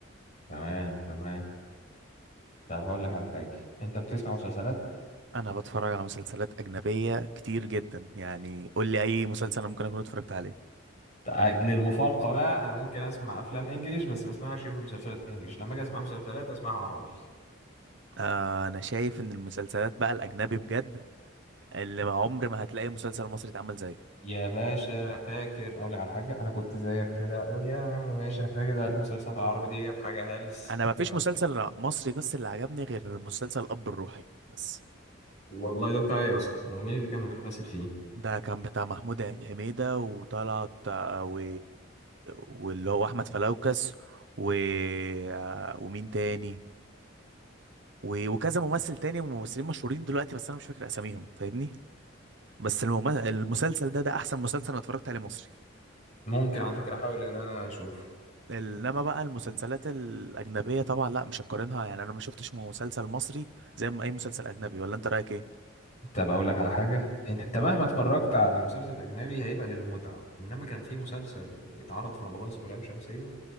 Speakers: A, on the left; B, on the right.
A: تمام تمام طب هقول لك على حاجة انت بتسمع مسلسلات
B: انا بتفرج على مسلسلات اجنبية كتير جدا يعني قول لي اي مسلسل انا ممكن اكون اتفرجت عليه
A: تع- للمفارقة بقى انا ممكن اسمع افلام انجليش بس ما اسمعش مسلسلات انجليش لما اجي اسمع مسلسلات اسمعها عربي
B: آه انا شايف ان المسلسلات بقى الاجنبي بجد اللي ما عمر ما هتلاقي مسلسل مصري اتعمل زيه
A: يا باشا فاكر اقول لك على حاجة انا كنت زيك كده اقول يا عم ماشي كده كده المسلسلات العربي ديت حاجة هلس
B: انا ما فيش
A: تمام
B: مسلسل مصري بس اللي عجبني غير مسلسل الاب الروحي بس
A: والله ده بتاعي اصلا ومين اللي كان بيمثل فيه
B: ده كان بتاع محمود حميدة وطلعت آه، و... واللي هو احمد فلوكس و... آه، ومين تاني و... وكذا ممثل تاني وممثلين مشهورين دلوقتي بس انا مش فاكر اساميهم فاهمني بس المم... المسلسل ده ده احسن مسلسل انا اتفرجت عليه مصري
A: ممكن على فكرة احاول ان انا اشوف
B: انما بقى المسلسلات الاجنبيه طبعا لا مش هقارنها يعني انا ما شفتش مسلسل مصري زي ما اي مسلسل اجنبي ولا انت رايك ايه
A: طب اقول لك على حاجه انت مهما اتفرجت على مسلسل اجنبي هيبقى للمتعه انما كان في مسلسل اتعرض في رمضان اسمه لام شمسيه